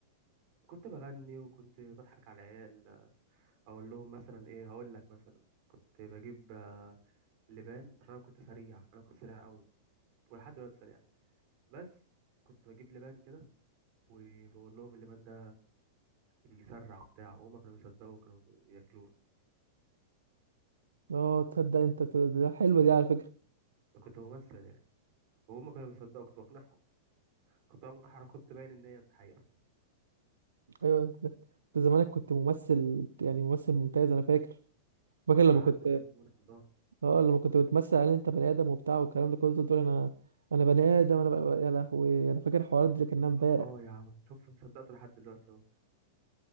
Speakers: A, on the right; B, on the right.
A: كنت بغني وكنت بضحك على العيال أقول لهم مثلا إيه هقول لك مثلا كنت بجيب آه، لبان عشان أنا كنت سريع أنا كنت سريع أوي ولحد دلوقتي سريع بس كنت بجيب لبان كده وبقول لهم اللبان ده بيسرع وبتاع وهما كانوا بيصدقوا وكانوا بياكلوه
B: اه تصدق انت ت- ده حلوه دي على فكره
A: أنا كنت ممثل يعني وهما كانوا بيصدقوا كنت بقنعهم كنت بعمل حركات تبين إن هي حقيقة
B: ايوه انت انت زمانك كنت ممثل يعني ممثل ممتاز انا فاكر فاكر
A: كنت
B: لما
A: أعدي
B: كنت
A: بقى في مرة الموضوع
B: اه لما كنت بتمثل على ان انت بني ادم وبتاع والكلام ده كله تقول انا انا بني ادم انا بني... يا لهوي انا فاكر الحوار ده كانها امبارح
A: اه يا عم شوف انت صدقت لحد دلوقتي اهو